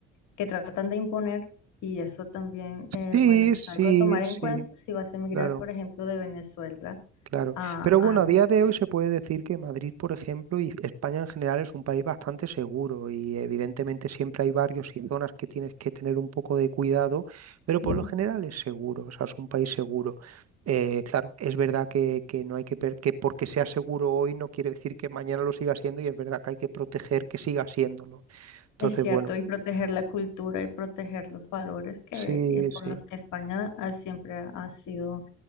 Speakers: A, on the left (about 70°); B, on the right (about 50°).
A: que tratan de imponer y eso también, eh,
B: Sí,
A: bueno, es
B: sí,
A: algo a tomar en
B: sí,
A: cuenta si vas a emigrar,
B: claro.
A: por ejemplo, de Venezuela
B: Claro,
A: a,
B: pero
A: a
B: bueno, a día
A: España.
B: de hoy se puede decir que Madrid, por ejemplo, y España en general es un país bastante seguro y evidentemente siempre hay barrios y zonas que tienes que tener un poco de cuidado, pero por
A: Ujú.
B: lo general es seguro, o sea, es un país seguro. Eh, claro, es verdad que, que no hay que, per- que porque sea seguro hoy no quiere decir que mañana lo siga siendo y es verdad que hay que proteger que siga siéndolo. Entonces,
A: Es cierto,
B: bueno,
A: y proteger la cultura y proteger los valores que,
B: sí,
A: eh, por
B: sí,
A: los que España ah, siempre ha sido